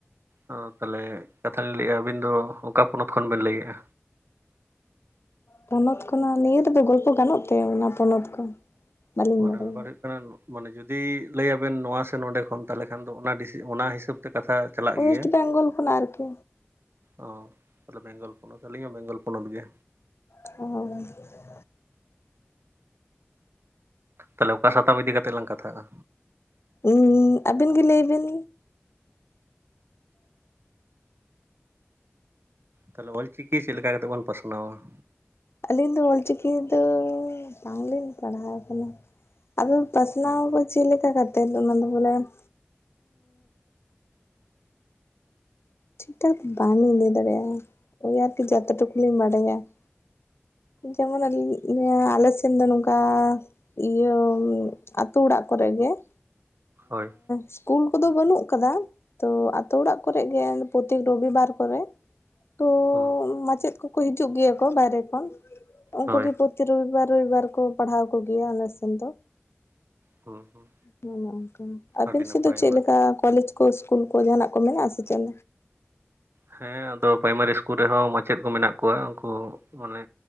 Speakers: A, on the right (about 60°); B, on the left (about 70°).
A: ᱚ ᱛᱟᱦᱚᱞᱮ ᱠᱟᱛᱷᱟ ᱞᱤᱧ ᱞᱟᱹᱭᱮᱜᱼᱟ ᱟᱹᱵᱤᱱ ᱫᱚ ᱚᱠᱟ ᱯᱚᱱᱚᱛ ᱠᱷᱚᱱ ᱵᱤᱱ ᱞᱟᱹᱭᱮᱫᱼᱟ?
B: ᱯᱚᱱᱚᱛ ᱠᱷᱚᱱᱟᱜ ᱱᱤᱭᱟᱹ ᱛᱮᱫᱚ ᱜᱚᱞᱯᱚ ᱜᱟᱱᱚᱜ ᱛᱮ ᱚᱱᱟ ᱯᱚᱱᱚᱛ ᱠᱚ? ᱵᱟᱹᱞᱤᱧ
A: ᱢᱟᱱᱮ
B: ᱵᱟᱰᱟᱭᱟ
A: ᱵᱮᱯᱟᱨ ᱢᱟᱱᱮ ᱡᱩᱫᱤ ᱞᱟᱹᱭᱟᱵᱮᱱ ᱱᱚᱣᱟ ᱥᱮ ᱱᱚᱸᱰᱮ ᱠᱷᱚᱱ ᱛᱟᱦᱚᱞᱮ ᱠᱷᱟᱱ ᱫᱚ ᱚᱱᱟ ᱚᱱᱟ ᱦᱤᱥᱟᱹᱵ ᱛᱮ ᱠᱟᱛᱷᱟ ᱪᱟᱞᱟᱜ
B: ᱳᱭᱮᱥᱴ
A: ᱜᱮᱭᱟ᱾
B: ᱵᱮᱝᱜᱚᱞ ᱠᱷᱚᱱᱟᱜ ᱟᱨᱠᱤ
A: ᱚ ᱛᱟᱦᱚᱞᱮ ᱵᱮᱝᱜᱚᱞ ᱯᱚᱱᱚᱛ ᱟᱹᱞᱤᱧ ᱦᱚᱸ ᱵᱮᱝᱜᱚᱞ ᱯᱚᱱᱚᱛ ᱜᱮ᱾
B: <unintelligible>
A: ᱛᱟᱦᱚᱞᱮ ᱚᱠᱟ ᱥᱟᱛᱟᱢ ᱤᱫᱤ ᱠᱟᱛᱮᱫ ᱞᱟᱝ ᱠᱟᱛᱷᱟᱜ-ᱟ?
B: ᱩᱸ ᱟᱹᱵᱤᱱ ᱜᱮ ᱞᱟᱹᱭ ᱵᱤᱱ᱾
A: ᱛᱟᱦᱚᱞᱮ, ᱚᱞ ᱪᱤᱠᱤ, ᱪᱮᱫ ᱞᱮᱠᱟ? ᱠᱟᱛᱮᱫ ᱵᱚᱱ, ᱯᱟᱥᱱᱟᱣᱟ ᱾
B: ᱟᱹᱞᱤᱧ ᱫᱚ, ᱚᱞᱪᱤᱠᱤ ᱫᱚ, ᱵᱟᱝᱞᱤᱧ ᱯᱟᱲᱦᱟᱣ ᱟᱠᱟᱱᱟ ᱾ ᱟᱫᱚ, ᱯᱟᱥᱱᱟᱣ
A: ᱦᱚᱸ
B: ᱟᱵᱚ ᱪᱮᱫ ᱞᱮᱠᱟ? ᱠᱟᱛᱮᱫ, ᱚᱱᱟ ᱫᱚ <inaudible> ᱴᱷᱤᱠ, ᱴᱷᱟᱠ ᱵᱟᱝᱞᱤᱧ ᱞᱟᱹᱭ, ᱫᱟᱲᱮᱭᱟᱜᱼᱟ ᱾ ᱳᱭ ᱟᱨᱠᱤ ᱡᱚᱛ ᱴᱩᱠᱩ ᱞᱤᱧ ᱵᱟᱰᱟᱭᱟ ᱾ <unintelligible> ᱟᱞᱮ, ᱥᱮᱫ ᱫᱚ, ᱱᱚᱝᱠᱟ ᱾ ᱤᱭᱟᱹ, ᱟᱛᱳ ᱚᱲᱟᱜ ᱠᱚᱨᱮ ᱜᱮ ᱾
A: ᱦᱳᱭ ᱾
B: ᱤᱥᱠᱩᱞ ᱠᱚᱫᱚ, ᱵᱟᱹᱱᱩᱜ ᱟᱠᱟᱫᱟ ᱾ ᱛᱚ, ᱟᱛᱳ ᱚᱲᱟᱜ ᱠᱚᱨᱮ ᱜᱮ, ᱯᱨᱚᱛᱤᱠ ᱨᱚᱵᱤᱵᱟᱨ ᱠᱚᱫᱚ ᱾ ᱛᱚ,
A: ᱦᱚᱸ
B: ᱢᱟᱪᱮᱫ ᱠᱚᱠᱚ, ᱦᱤᱡᱩᱜ ᱜᱮᱭᱟ ᱠᱚ, ᱵᱟᱭᱨᱮ ᱠᱷᱚᱱ ᱾ ᱩᱱᱠᱩ
A: ᱦᱳᱭ
B: ᱜᱮ, ᱯᱨᱚᱛᱤ ᱨᱚᱵᱤᱵᱟᱨ, ᱨᱚᱵᱤᱵᱟᱨ ᱠᱚ, ᱯᱟᱲᱦᱟᱣ ᱠᱚ ᱜᱮᱭᱟ, ᱟᱞᱮ ᱥᱮᱱ ᱫᱚ
A: ᱦᱚᱸ
B: ᱾
A: ᱦᱚᱸ
B: <inaudible> ᱟᱯᱮ,
A: ᱟᱹᱰᱤ ᱱᱟᱯᱟᱭ
B: ᱥᱮᱫ ᱫᱚ ᱪᱮᱫ
A: ᱚᱱᱟ
B: ᱞᱮᱠᱟ?
A: ᱠᱚ᱾
B: ᱠᱚᱞᱮᱡᱽ ᱠᱚ, ᱤᱥᱠᱩᱞ ᱠᱚ, ᱡᱟᱦᱟᱸᱱᱟᱜ ᱠᱚ, ᱢᱮᱱᱟᱜᱼᱟ ᱥᱮ, ᱪᱮᱫ?
A: ᱦᱮᱸ, ᱟᱫᱚ ᱯᱨᱟᱭᱢᱟᱨᱤ ᱤᱥᱠᱩᱞ ᱨᱮᱦᱚᱸ, ᱢᱟᱪᱮᱫ ᱠᱚ, ᱢᱮᱱᱟᱜ ᱠᱚᱣᱟ ᱾ ᱩᱱᱠᱩ ᱢᱟᱱᱮ